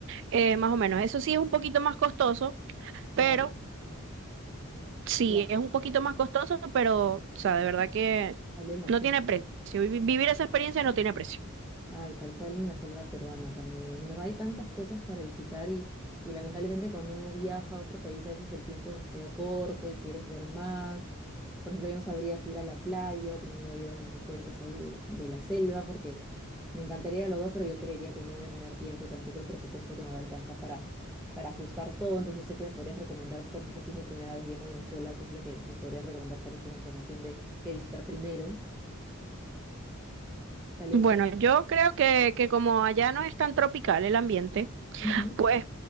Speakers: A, on the right; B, in the centre.
A: eh, más o menos. Eso sí es un poquito más costoso, pero
B: Claro,
A: sí
B: claro.
A: es un poquito más costoso, pero, o sea, de verdad que
B: Vale la
A: no
B: pena.
A: tiene precio. Vivi- Vivir esa experiencia no tiene precio.
B: Ay, tal cual en la selva peruana también. En verdad hay tantas cosas para visitar y, y lamentablemente cuando uno viaja a otro país a veces el tiempo nos queda corto y quieres ver más. Por ejemplo, yo no sabría si ir a la playa o primero ir a donde me cuentas ahí de, de la selva porque me encantaría ir a los dos, pero yo creería que no voy a tener tiempo y tampoco el presupuesto que me va a alcanzar para, para ajustar todo. Entonces no sé qué me podrías recomendar, por ejemplo, si es mi primera vez yendo a Venezuela, qué es lo que me podrías recomendar tal vez como información de qué visitar primero. Tal vez...
A: Bueno,
B: el-
A: yo creo que, que como allá no es tan tropical el ambiente,
B: Ujú.
A: pues